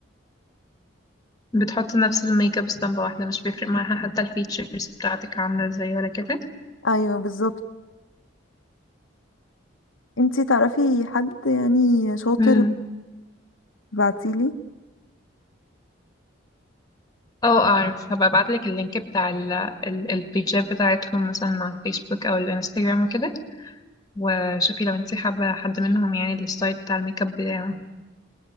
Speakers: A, on the left; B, on the left.
A: بتحطي نفس الميك اب اسطمبة واحدة مش بيفرق معاها حتى الفيتشرز بتاعتك عاملة ازاي ولا كده
B: ايوه بالظبط انتي تعرفي حد يعني شاطر
A: مم.
B: ابعتيلي
A: اه اعرف هبقى ابعتلك اللينك بتاع ال- ال- البيجات بتاعتهم مثلا على الفيسبوك او الانستجرام وكده وشوفي لو انتي حابة حد منهم يعني الستايل بتاع الميك اب بتاعه